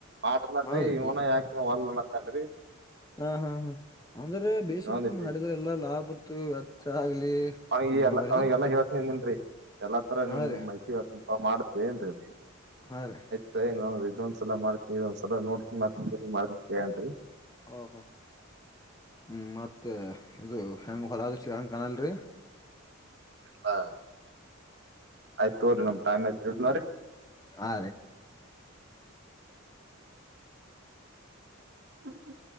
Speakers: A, on the right (about 50°); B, on the left (about 15°).
A: ಆಟ ನಡ್ರಿ
B: ಹೌದ್ರಿ
A: ಇನ ಯಾಕ ಹೊಲ್ತನ್ರಿ
B: ಹಾ ಹಾ ಹಾ ಅಂದ್ರೆ ಬೇಸದ
A: ಇನ್ನೊಂದಿಟ್ಟ
B: ಮಾಡಿದ್ರ ಎಲ್ಲಾ ಲಾಭ ಇತ್ತು ವ್ಯಚ್ಚ ಆಗ್ಲಿ
A: ಈಲ್ಲ
B: ಬರ್ತತ್ರಿ
A: ಅವಿಗೆಲ್ಲ ಹೇ ಎಲ್ಲಾ ತರ ನೀಂಗ
B: ಹಾ ರೀ
A: ಮೈತಿಲ್ಪ ಮಾಡ್ತ ಏನರಿ
B: ಹಾ ರೀ
A: ಆಯ್ತ ಇದೊಂದ್ಸಲ ಮಾಡ್ತ ಇದೊಂದ್ಲ ನೋಡ್ಕಿತ್ ಮಾಡನ್ರಿ
B: ಹಓ ಹೋ ಹ್ಮ್ ಮತ್ತೆ ಇದು ಹೆಂಗ ಹೊರದು ಚಕ್ಕ ಹಂಗ್ ಕನಲ್ರಿ
A: ಹಾ ಆಯ್ತ ತೋರಿ ನಮ ಟೈಮ್ ಆಯ್ತ್ ಇಡ ನೋ್ರರಿ
B: ಆ
A: ಹ್ಮ್ ಹ್ಮ್ ಹ್ಮ